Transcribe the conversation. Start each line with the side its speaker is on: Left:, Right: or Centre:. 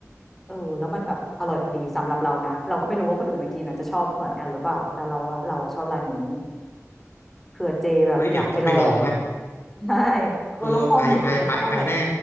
Centre: เออแล้วมันแบบอร่อยพอดีสำหรับเรานะเราก็ไม่รู้ว่าคนอื่นมากินอาจจะชอบเหมือนกันหรือเปล่าแต่เราอะเราอะชอบร้านนี้ เผื่อเจแบบอยากไปลอง
Left: เฮ้ยเดี๋ยวต้องไปลองมั่ง
Centre: <laughs> ใช่เออแล้วข้อหมูเขาก็อร่อย
Left: เออไปไปไปไปแน่